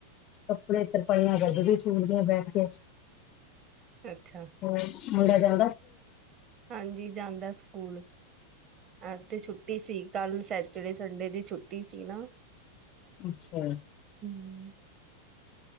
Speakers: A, on the left; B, on the right.
A: ਕੱਪੜੇ ਤਰਪਾਈਆਂ ਕਰਦੀ ਪਈ ਸਟੂਲ ਦੀ ਤੇ ਬੈਠ ਕੇ
B: ਅੱਛਾ
A: ਹ ਮੁੰਡੇ ਦਾ
B: ਹਾਂਜੀ ਜਾਂਦਾ ਸਕੂਲ ਅੱਜ ਤੇ ਛੁੱਟੀ ਸੀ। ਕੱਲ ਸੈਚਰਡੇ ਸੰਡੇ ਦੀ ਛੁੱਟੀ ਸੀ ਨਾ।
A: ਅੱਛਾ
B: ਹਮ